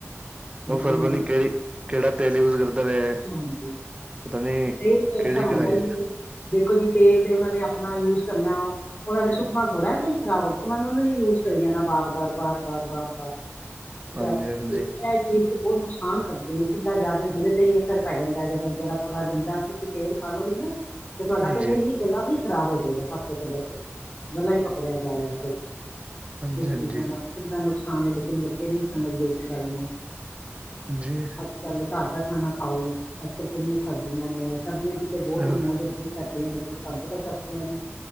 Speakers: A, on the left; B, on the right.
A: ਬੱਚਿਆਂ
B: ਓ ਫੇਰ ਪਤਾ
A: ਦੀ
B: ਨੀ ਕਿਹੜੀ, ਕਿਹੜਾ ਤੇਲ ਯੂਜ ਕਰਦੇ ਨੇ?
A: ਹਾਂਜੀ
B: ਤਾਣੀ
A: ਤੇਲ ਤੇ
B: ਕਿਹੜੀ
A: ਅੱਛਾ ਹੁੰਦਾ
B: ਕਿਹੜਾਈ
A: ਹੀ ਨਹੀਂ ਦੇਖੋ ਜੀ ਤੇਲ ਤੇ ਉਹਨਾਂ ਨੇ ਆਪਣਾ ਯੂਜ ਕਰਨਾ ਉਹ। ਉਹਨਾਂ ਨੇ ਸੁੱਟਣਾ ਥੋੜ੍ਹਾ ਕੋਈ ਖਰਾਬ ਉਹ ਨੇ ਉਹਨੂੰ ਯੂਜ ਕਰੀ ਜਾਣਾ ਬਾਰ ਬਾਰ ਬਾਰ ਬਾਰ ਬਾਰ ਬਾਰ।
B: ਹਾਂਜੀ
A: ਡ
B: ਹਾਂਜੀ
A: ਚੀਜ਼ ਤੇ ਬਹੁਤ ਨੁਕਸਾਨ ਕਰਦੇ ਇਸ ਜਾ ਕੇ ਗਲੇ ਤੇ ਹੀ ਅਸਰ ਪੈ ਜਾਂਦਾ ਹੈ ਜਦੋਂ। ਥੋੜਾ ਗੰਦਾ ਤੁਸੀਂ ਤੇਲ ਖਾਾਲੋਗੇ ਨਾ ਤੇ ਤੁਹਾਡਾ
B: ਹਾਂਜੀ
A: ਪਹਿਲਾਂ ਇ ਗੱਲਾਂ ਹੀ। ਖ਼ਰਾਬ ਹੋ ਜਾਏਗਾ ਸਭ ਤੋਂ ਪਹਿਲਾਂ ਗਲਾ ਹੀ ਪਕੜਿਆ ਜਾਏਗਾ
B: ਹਾਂਜੀ
A: ਕਿਸ
B: ਹਾਂਜੀ
A: ਚੀਜ਼ਾਂ ਨਾਲ। ਕਿੰਨਾ ਨੁਕਸਾਨ ਹੈ ਲੇਕਿਨ ਬੱਚੇ ਨਹੀਂ ਸਮਝਦੇ ਇਸ ਗੱਲ ਨੂੰ।
B: ਹਾਂਜੀ
A: ਘਾਰਦਾ ਖਾਣਾ ਖਾਓ ਅੱਲ ਕਿਨੀਆਂ ਸਬਜ਼ੀਆਂ ਨੇ ਸਬਜ਼ੀਆਂ ਕਿਤੇ ਬਹੁਤ
B: ਹਾਂਜੀ
A: ਹੀ ਮੌਜ। ਸਰਦੀਆਂ ਵਿਚ ਤਾਨੁ ਪਤਾ ਸਬਜ਼ੀਆਂ ਦੀ